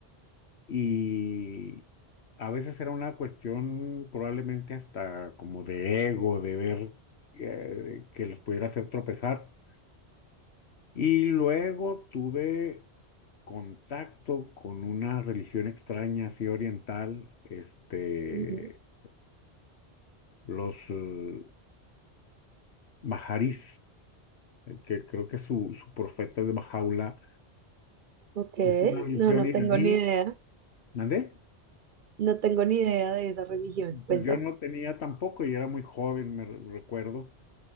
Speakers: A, on the left; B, on the right.
A: y a veces era una cuestión probablemente hasta como de ego, de ver eh, que les pudiera hacer tropezar. Y luego tuve contacto con una religión extraña, así oriental, este,
B: Ujú.
A: los eh, bajarís. eh, que creo que su, su profeta es Bajaula,
B: Ok.
A: es una religión
B: No, no
A: iraní,
B: tengo ni idea.
A: ¿mandé?
B: No tengo ni idea de esa religión, cuéntame.
A: Pues yo no tenía tampoco, yo era muy joven, me re- recuerdo,